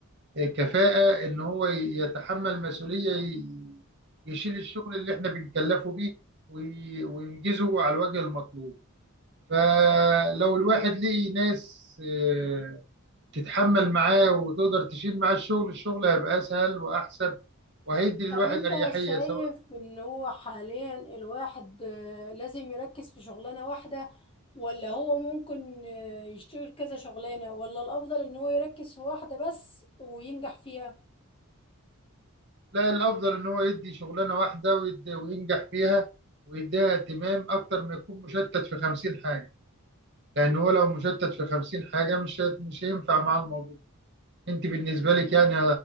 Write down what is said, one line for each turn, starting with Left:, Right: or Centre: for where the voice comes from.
Right: كفاءة ان هو يتحمل مسؤولية ي- يشيل الشغل اللي احنا بنكلفه بيه وي- وينجزه على الوجه المطلوب فلو الواحد لقي ناس آه، تتحمل معاه وتقدر تشيل معاه الشغل الشغل هيبقى اسهل واحسن وهيدي
Left: طب
Right: للواحد
Left: انت
Right: اريحية
Left: شايف
Right: سواء
Left: ان هو حاليا الواحد آه، لازم يركز في شغلانة واحدة ولا هو ممكن آه، يشتغل كذا شغلانة ولا الافضل ان هو يركز في واحدة بس وينجح فيها
Right: لا الافضل ان هو يدي شغلانة واحدة ويدي وينجح فيها ويديها اهتمام اكتر ما يكون مشتت في خمسين حاجة لان هو لو مشتت في خمسين حاجة مش مش هينفع مع الموضوع انت بالنسبه لك يعني